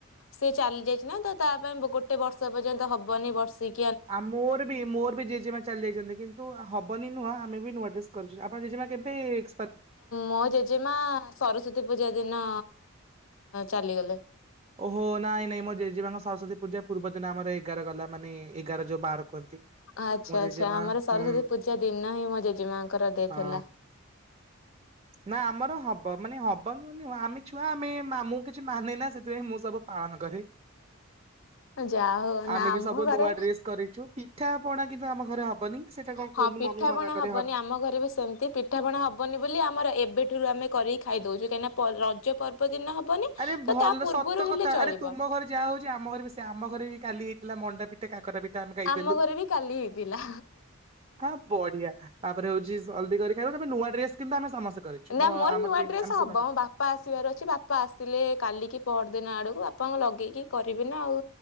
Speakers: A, on the left; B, on the right.
A: ସେ ଚାଲି ଯାଇଛି ନା ତ ତା ପାଇଁ ଗୋଟେ ବର୍ଷ ପର୍ଯ୍ୟନ୍ତ ହବନି ବର୍ଷିକି
B: ଆମୁ ବି ମୋର ବି ଜେଜେମା ଚାଲି ଯାଇଛନ୍ତି କିନ୍ତୁ ହବନି ନୁହଁ ଆମେ ବି ନୂଆ ଡ୍ରେସ୍ କରୁଛୁ ଆପଣ ଜେମା କେବେ ଏ
A: ମୋ ଜେଜେମା ସରସ୍ଵତୀ ପୂଜା ଦିନ ଚାଲିଗଲେ।
B: ଓହୋ ନାଇଁ ନାଇଁ ମୋ ଜେଜେମାଙ୍କ ସରସ୍ଵତୀ ପୂଜା ପୂର୍ବ ଦିନ ଆମର ଏଗାର ଗଲା ମାନେ ଏଗାର ଯୋଉ ବାର କୁହନ୍ତି।
A: ଆଚ୍ଛା
B: ମୋ ଜେଜେମା
A: ଆଚ୍ଛା ଆମର ସରସ୍ଵତୀ
B: ହୁଁ
A: ପୂଜା ଦିନ ହିଁ ମୋ ଜେଜେମାଙ୍କର ଡେଥ୍
B: ହଁ।
A: ହେଲା।
B: ନା ଆମର ହବ, ମାନେ ହବ ନୁହେଁ ଆମେ ଛୁଆ ଆମେ ମୁଁ କିଛି ମାନେ ନା ସେଥିପାଇଁ ମୁଁ ସବୁ ପାଳନ କରେ,
A: ଯାହା ହଉ ନା
B: ଆମେ ବି
A: ଆମ
B: ସବୁ
A: ଘରେ
B: ନୂଆ ଡ୍ରେସ କରିଛୁ, ପି ପିଠା ପଣା କିନ୍ତୁ ଆମ ଘରେ ହବନି। ସେଇଟା କଣ
A: ହଁ
B: କୁହନ୍ତି
A: ପିଠା
B: ମମି ମନା
A: ପଣା
B: କରେ
A: ହବନି ଆମ ଘରେ ବି ସେମିତି ପି ପିଠ ପଣା ହବନି ବୋଲି ଆମର ଏବେଠୁରୁ ଆମେ କରିକି ଖାଇଦଉଛୁ କାହିଁକିନା ରଜ ପର୍ବ ଦିନ ହବନି,
B: ଆରେ ଭଲ
A: ତ ତା ପୂର୍ବରୁ
B: ସତ କଥା
A: ହେଲେ ଚଳିବ।
B: ଆରେ ତୁମ ଘରେ ଯାହା ହଉଛି ଆମ ଘରେ ବି ସେୟା ଆମ ଘରେ ବି କାଲି ହେଇଥିଲା ମଣ୍ଡା ପିଠା କାକରା ପି ଟାନ ଖାଇଥିଲୁ,
A: ଆମ ଘରେ ବି କାଲି ହେଇଥିଲା।
B: ହଁ ବଢିଆ ତାପରେ ହଉଛି ଜଲଦି କରି ଖାଇବୁ ତା ରେ ନୂଆ ଡ୍ରେସ୍ କିନ୍ତୁ ଆମେ ସମସ୍ତେ କରିଚୁ
A: ନା
B: ମୋ
A: ମୋର
B: ଆମ
A: ନୂଆ
B: ଟିମ
A: ଡ୍ରେସ୍
B: ଆମେ
A: ହବ
B: ସବୁ ନୂଆ ଡ୍ରେସ
A: ମୋ ବାପା
B: କରିଚୁ।
A: ଆସିବାର ଅଛି ବାପା ଆସିଲେ କାଲିକି ପହର ଦିନ ଆଡ଼କୁ ବାପାଙ୍କୁ ଲଗେଇକି କରିବି ନା ଆଉ।